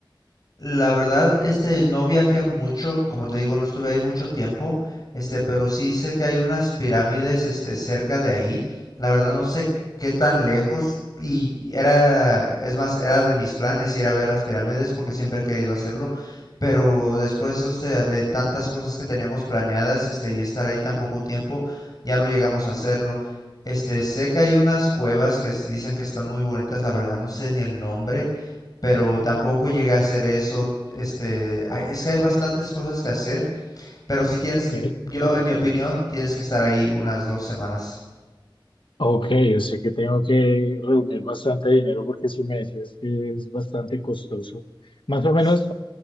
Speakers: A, on the left; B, on the left.
A: La verdad, este, no viajé mucho, como te digo, no estuve ahí mucho tiempo, este, pero sí sé que hay unas pirámides, este, cerca de ahí. La verdad no sé qué tan lejos y era, es más, era de mis planes ir a ver las pirámides porque siempre he querido hacerlo, pero después, o sea, de tantas cosas que teníamos planeadas, este, y estar ahí tan poco tiempo, ya no llegamos a hacerlo. Este, sé que hay unas cuevas que s- dicen que están muy bonitas, la verdad no sé ni el nombre pero tampoco llegué a hacer eso. Este, hay- es que hay bastantes cosas que hacer, pero sí tienes
B: Ok.
A: que, yo en mi opinión, tienes que estar ahí unas dos semanas.
B: Ok, o sea que tengo que reunir bastante dinero porque si me decías que es bastante costoso. Más o menos
A: S-